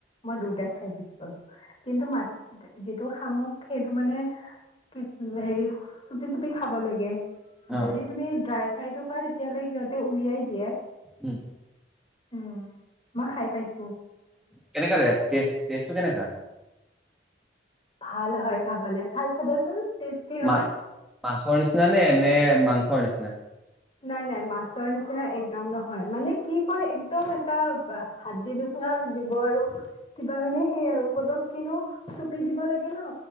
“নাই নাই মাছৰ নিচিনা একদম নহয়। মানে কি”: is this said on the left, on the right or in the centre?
Left